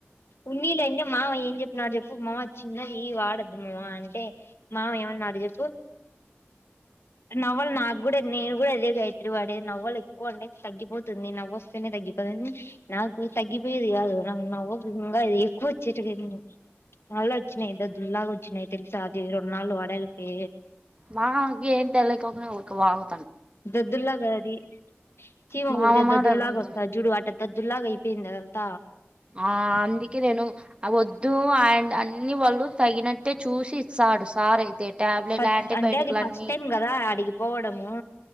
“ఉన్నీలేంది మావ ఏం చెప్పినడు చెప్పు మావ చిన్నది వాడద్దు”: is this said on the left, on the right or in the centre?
Left